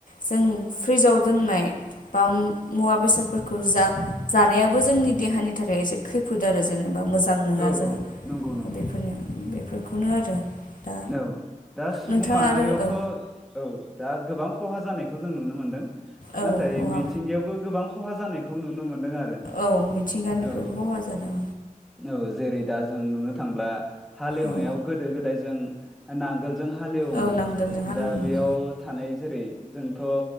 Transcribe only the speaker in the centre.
औ
औ नंगौ नंगौ
औ दा सुबुं
माहारियावथ'
औ दा गोबां खहा जानायखौ जों नुनो नुनो मोनदों
नाथाय
मिथिंगायावबो गोबां खहा जानायखौ नुनो मोनदों आरो।
औ
औ जेरै दा जों नुनो थांब्ला हालेवनायाव
गोदो गोदाय जों नांगोलजों हालेवोमोन
दा बेयाव थानाय जेरै जोंथ'